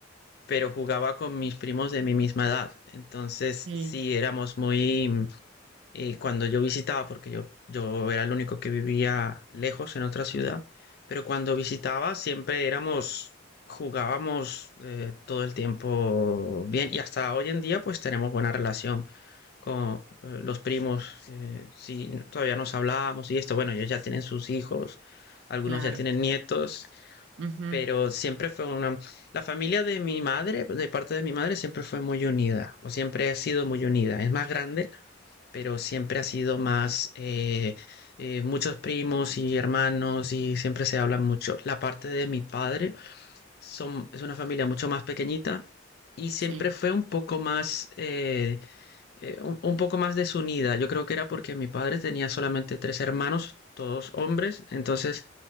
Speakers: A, on the left; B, on the right.
A: pero jugaba con mis primos de mi misma edad. Entonces
B: Sí,
A: sí éramos muy eh, cuando yo visitaba, porque yo, yo era el único que vivía lejos en otra ciudad, pero cuando visitaba siempre éramos, jugábamos eh, todo el tiempo bien y hasta hoy en día pues tenemos buena relación con eh, los primos, eh, sí, todavía nos hablábamos y esto, bueno, ellos ya tienen sus hijos, algunos
B: claro.
A: ya tienen nietos,
B: Ujú,
A: pero siempre fue una... La familia de mi madre, de parte de mi madre, siempre fue muy unida, o siempre ha sido muy unida, es más grande pero siempre ha sido más eh, eh, muchos primos y hermanos y siempre se habla mucho. La parte de mi padre son, es una familia mucho más pequeñita y siempre
B: sí,
A: fue un poco más eh, eh, un, un, poco más desunida. Yo creo que era porque mi padre tenía solamente tres hermanos, todos hombres. Entonces,